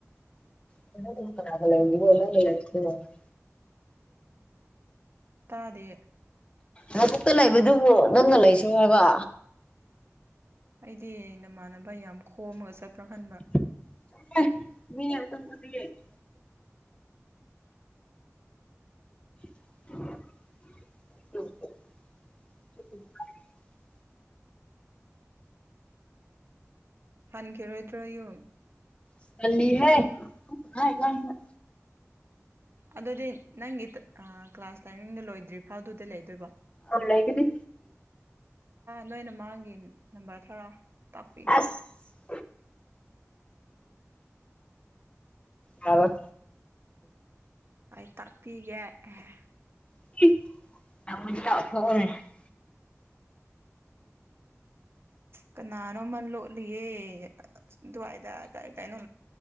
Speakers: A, on the left; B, on the right.
A: <unintelligible>
B: ꯇꯥꯗꯦ
A: ꯂꯕꯛꯇ ꯂꯩꯕꯗꯨꯕꯨ ꯅꯪꯅ ꯂꯩꯁꯨ ꯍꯥꯏꯕ
B: ꯑꯩꯗꯤ ꯅꯃꯥꯟꯅꯕ ꯌꯥꯝ ꯈꯣꯝꯃꯒ ꯆꯠꯄ꯭ꯔꯥ ꯈꯟꯕ
A: <unintelligible> ꯎ
B: ꯍꯟꯈꯤꯔꯣꯏꯗ꯭ꯔꯣ ꯌꯨꯝ
A: ꯍꯥꯏꯦ
B: ꯑꯗꯨꯗꯤ ꯅꯪꯒꯤ ꯀ꯭ꯂꯥꯁ ꯂꯥꯏꯚꯡꯗ ꯂꯣꯏꯗ꯭ꯔꯤꯐꯥꯎꯗꯨꯗꯤ ꯂꯩꯗꯣꯏꯕ
A: ꯑꯅꯒꯤꯗꯤ
B: ꯅꯣꯏꯅ ꯃꯥꯒꯤ ꯅꯝꯕꯔ ꯊꯔ ꯇꯥꯛꯄꯤꯒꯦ
A: ꯑꯁ ꯑ
B: ꯑꯩ ꯇꯥꯛꯄꯤꯒꯦ ꯑꯦꯍ
A: <unintelligible>
B: ꯀꯅꯥꯅꯣꯃ ꯂꯣꯠꯂꯤꯌꯦ ꯑꯗꯨꯋꯥꯏꯗ ꯀꯥꯏ ꯀꯥꯏꯅ